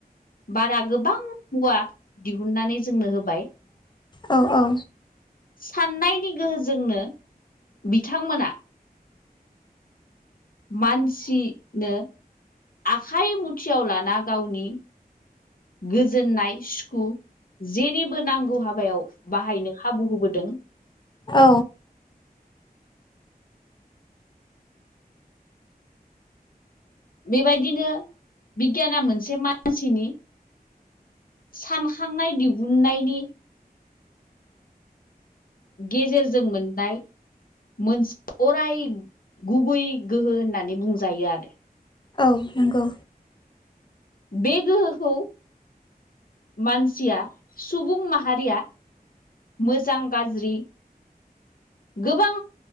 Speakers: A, on the left (about 65°); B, on the left (about 30°).
A: बारा गोबां मुवा दिहुननानै जोंनो होबाय
B: औ औ
A: साननायनि गोहोजोंनो बिथांमोना मानसिनो आखाइ मुथियाव लाना गावनि गोजोननाय सुखु जेनिबो नांगौ हाब बायाव बाहायनो खाबु होबोदों
B: औ
A: बेबायदिनो बिगियाना मोनसे मानसिनि सानखांनाय दिहुननायनि गेजेरजों मोननाय मोनसे अराय गुबै गोहो होननानै बुंजायो आरो
B: औ नंगौ
A: बे गोहोखौ मानसिया सुबुं माहारिया मोजां गाज्रि गोबां